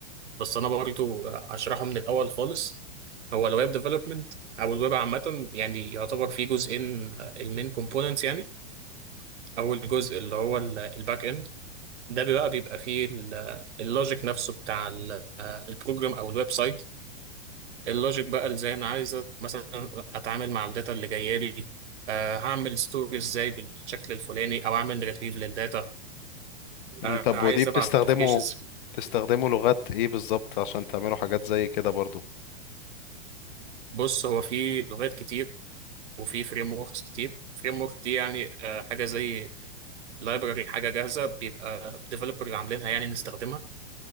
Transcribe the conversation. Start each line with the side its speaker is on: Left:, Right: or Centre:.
Right: بس انا برضو هشرحه من الاول خالص هو الويب ديفلوبمنت او الويب عامه يعني يعتبر فيه جزئين المين كومبوننتس يعني اول جزء اللي هو الباك اند ده بقى بيبقى فيه اللوجيك نفسه بتاع البروجرام او الويب سايت اللوجيك بقى ازاي انا عايز أت- مثلا اتعامل مع الداتا اللي جايه لي آه هعمل ستوري ازاي بالشكل الفلاني او اعمل ريتريف للداتا
Left: مم،
Right: آه
Left: طب
Right: عايز
Left: ودي بتستخدمه
Right: ابعت نوتيفيكيشنز
Left: بتستخدمه لغات ايه بالظبط عشان تعملوا حاجات زي كده برضو
Right: بص هو في لغات كتير وفي فريم وركس كتير فريم ورك دي يعني آه حاجه زي لايبراري حاجه جاهزه بيبقى ديفلوبر اللي عاملينها يعني نستخدمها